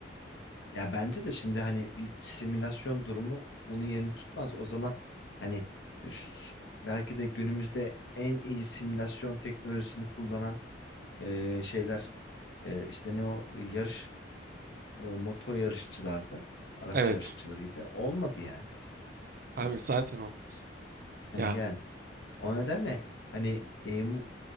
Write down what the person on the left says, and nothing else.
Ya bence de şimdi hani bir simülasyon durumu bunun yerini tutmaz. O zaman hani e, şu- belki de günümüzde en iyi simülasyon teknolojisini kullanan e, şeyler e, işte ne o yarış e, moto yarışçılarda araç
yarışçılarıydı. Olmadı yani mesela.
Hani
e,
yani o nedenle hani e, mu-